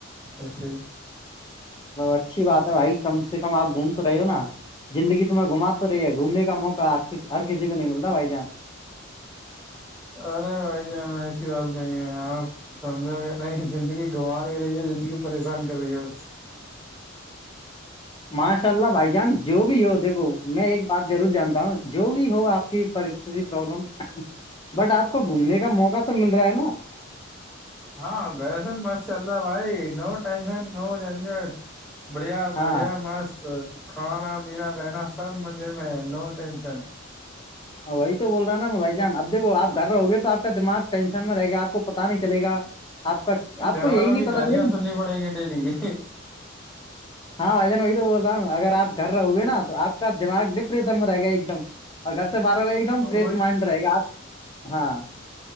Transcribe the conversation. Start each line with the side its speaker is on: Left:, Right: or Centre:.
Centre: ایسے ہی
Left: اچھی بات ہے بھائی کم سے کم آپ گھوم تو رہے ہو نا زندگی تمہیں گھما رہی ہے گھومنے کا موقع ہ کھ ہر کسی کو نہیں ملتا بھائی جان
Centre: ارے بھائی جان ایسی بات نہیں ہے آپ سمجھو نہیں زندگی گوا نہیں رہی زندگی پریشان کر رہی ہو
Left: ماشاء اللہ بھائی جان جو بھی ہو دیکھو میں ایک بات ضرور جانتا ہوں جو بھی ہو آپ کی پرست پرابلم بٹ آپ کو گھومنے کا موقع تو مل رہا ہے نا
Centre: ہاں بیسے مس چل رہا ہے بھائی نو ٹشن نو جنجٹ بڑھیا
Left: ہاں
Centre: بڑھیا مست کھانا پینا رہنا سب مزے میں نو ٹینشن
Left: وہی تو بول رہا نا میں بھائی جان اب دھو آپھر رہو گے تو آپ کا دماغ ٹینشن میں رہے گا آپ کو پتا نہیں چلےا آپ کا آپ
Centre: گھر
Left: کو
Centre: والوں
Left: یہی نہیں
Centre: کی
Left: پتا
Centre: گالیاں
Left: چلے گی
Centre: سننی پڑیں گی ڈیلی
Left: ہاں بھائیان وہی تو بول رہا ہوں اگر آ گھر رہو گے نا تو آپ کا دماغ ڈپریشن میں رہے گا ایک دم اور گھر سے باہر ہو ایک
Centre: تو
Left: دم فریش
Centre: وہی
Left: مائنڈ رہے گا آپ ہاں